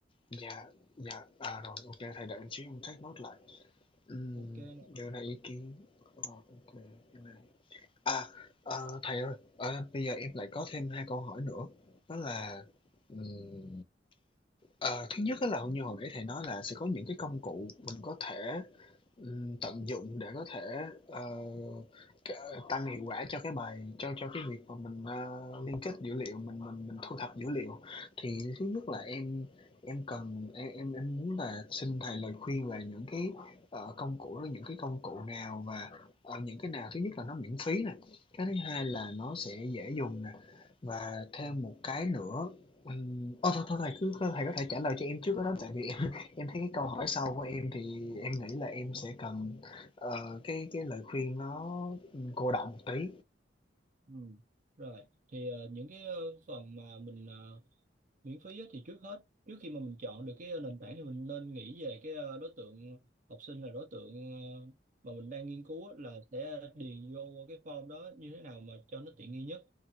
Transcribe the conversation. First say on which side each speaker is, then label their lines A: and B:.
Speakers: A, on the left; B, on the right.
A: dạ, dạ, à, rồi, ok thầy đợi chút em take note lại. Ừm,
B: ok nè
A: đưa ra ý kiến, ờ, ô cái này À, ờ, thầy ơi, ờ, bây giờ em lại có thêm hai câu hỏi nữa. Đó là ừm, ờ, thứ nhất á là như hồi nãy thầy nói là sẽ có những cái công cụ mình có thể Ừm, tận dụng để có thể, ờ, c tăng hiệu quả cho cái bài cho cho cái việc mà mình, ờ, liên kết dữ liệu, mình mình mình thu thập dữ liệu. Thì thứ nhất
B: ừ.
A: là em em cần em em em muốn là xin thầy lời khuyên về những cái, ờ, công cụ đó, những cái công cụ nào và, ờ, những cái nào thứ nhất là nó miễn phí nè, cái thứ hai là nó sẽ dễ dùng nè, và thêm
B: Ừ.
A: một cái nữa ừm, ô, thôi, thôi thầy cứ thầy có thể trả lời cho em trước cái đó tại vì Em thấy cái câu hỏi sau của em thì em nghĩ là em sẽ cần ờ, cái cái lời khuyên nó ừ, cô đọng một tí.
B: Ừ. rồi thì ờ, những cái ờ, phần mà mình ờ, miễn phí á, thì trước hết trước khi mà mình chọn được cái ờ, nền tảng thì mình nên nghĩ về cái ờ, đối tượng học sinh là đối tượng ờ, mà mình đang nghiên cứu á, là sẽ điền vô cái form đó như thế nào mà cho nó tiện nghi nhất